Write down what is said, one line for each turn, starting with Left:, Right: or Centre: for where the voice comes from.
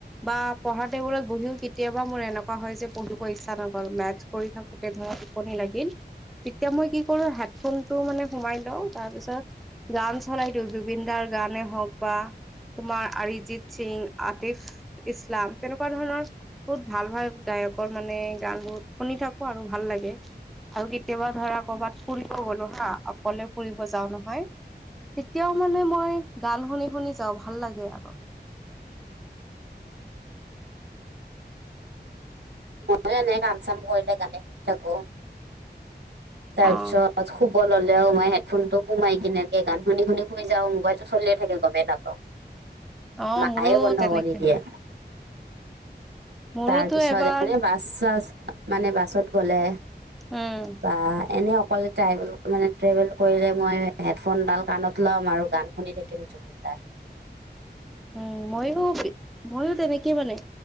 Centre: বা পঢ়া টেবুলত বহিও কেতিয়াবা মোৰ এনেকুৱা হয় যে পঢ়িব ইচ্ছা নগ'ল মেথচ কৰি থাকোঁতে ধৰা টোপনি লাগিল। তেতিয়া মই কি কৰো হেডফোনটো মানে সোমাই লওঁ তাৰপিছত গান চলাই দিওঁ, জুবিন দাৰ গানে হওক বা তোমাৰ আৰিজিত সিং, আতিফ ইছলাম তেনেকুৱা ধৰণৰ বহুত ভাল ভাল গায়কৰ মানে গানবোৰ শুনি থাকো আৰু ভাল লাগে আৰু কেতিয়াবা ধৰা কৰবাত ফুৰিব গলো হা আ অকলে ফুৰিব যাও নহয় তেতিয়াও মানে মই গান শুনি শুনি যাওঁ ভাল লাগে আৰু।
Right: ময়ো এনে কাম চাম কৰিলে কাৰণে কৰি থাকো তাৰপিছত
Centre: অ
Right: শুব ল'লেও মই হেডফোনটো সোমাই কেনেকে গান শুনি শুনি শুই যাও মোবাইলটো চলিয়ে থাকে গমেই নাপাও?
Centre: অ
Right: মায়ে
Centre: মোৰো
Right: বন্ধ
Centre: তেনেকে
Right: কৰি দিয়ে।
Centre: হয় মোৰোতো
Right: তাৰপিছত
Centre: এবাৰ
Right: এনে বাছ - চাছ মানে বাছত গ'লে
Centre: উম,
Right: বা, এনে অকলে ট্ৰভেল মানে ট্ৰেভেল কৰিলে মই হেডফোনডাল কাণত ল'ম আৰু গান শুনি থাকিম। <unintelligible>
Centre: উম, মইয়ো, মইয়ো তেনেকে মানে।